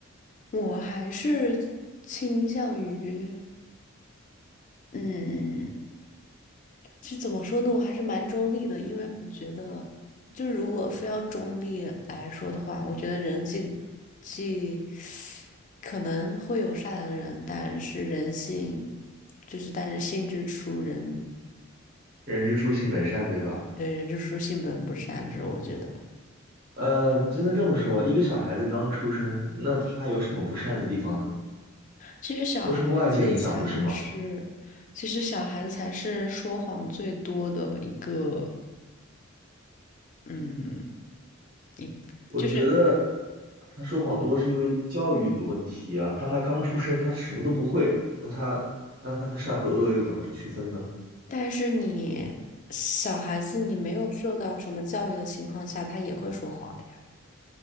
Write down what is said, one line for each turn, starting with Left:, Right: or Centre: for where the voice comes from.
Left: 我还是倾向于，嗯，是怎么说呢？我还是蛮中立的，因为我觉得，就如果非要中立来说的话，我觉得人既既可能会有善良的人，但是人性就是，但是性之初人，
Right: 人之初性本善，对吧？
Left: 对，人之初性本不善，这是我觉得。
Right: 呃，真的这么说，一个小孩子刚出生，那他有什么不善的地方呢？
Left: 其实小孩子才是，
Right: 都是外界影响，不是吗？
Left: 其实小孩子才是说谎最多的一个，嗯，一就是，
Right: 我觉得他说谎多是因为教育的问题啊。当他刚出生，他什么都不会，那他那他的善和恶又怎么区分呢？
Left: 但是你小孩子你没有受到什么教育的情况下，他也会说谎的呀。